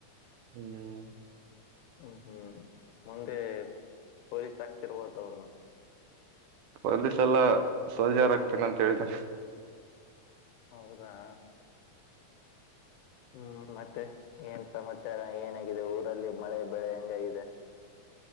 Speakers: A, on the right (about 80°); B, on the left (about 80°).
A: ಹ್ಮ್
B: ಹ್ಮ್ ಹ್ಮ್ ಮುಂದೆ ಪೊಲೀಸ್ ಆಗ್ತಿರ್ಬೋದ ಅವ್ನು
A: ಪೊಲೀಸ್ ಎಲ್ಲಾ ಸೋಜಾರಾಗಗ್ತೀನ ಅಂತ ಹೇಳಿದನೆ
B: ಹೌದಾ ಹ್ಮ್ ಮತ್ತೆ ಏನ್ ಸಮಾಚಾರ ಏನಾಗಿದೆ ಊರಲ್ಲಿ ಮಳೆ ಬೆಳೆ ಹೆಂಗಾಗಿದೆ